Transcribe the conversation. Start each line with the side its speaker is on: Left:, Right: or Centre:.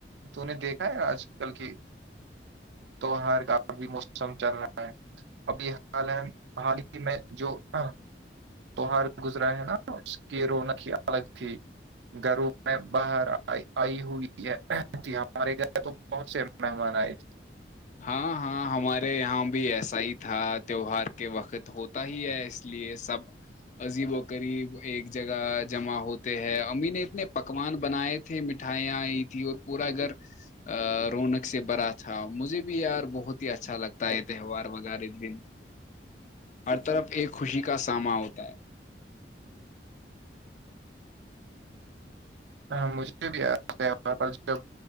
Right: تو نے دیکھا ہے آج کل کی تو ہر کا بھی موسم چل رہا ہے ابھی حال حال ہی میں جو ہاں تیوہار گزرا ہے نا اس کی رونق ہی الگ تھی گھروں میں باہر آئی ہوئی ہے کہ ہمارے گھر تو بہت سےیمنا ہما ہےے
Left: ہاں ہاں ہمارے یہاں بھی ایسا ہی تھا تیوہار کے وقت ہو تا ہی ہے اس لیے سب عجیب و قریب ایک جگہ جمع ہوتے ہے امی نے اتنے پکوان بنائے تھے مٹھائیاں آئی تیں اور پورا گھر رونق سے بھرا تھا مجھے بھی یار بہت ہی اچھا لگتا ہے تہوار وغیر دن ہر طرف ایک خوشی کا سامنا ہوتا ہے
Right: ہاں مجھے بھی یاد ہے وہاں پرس جب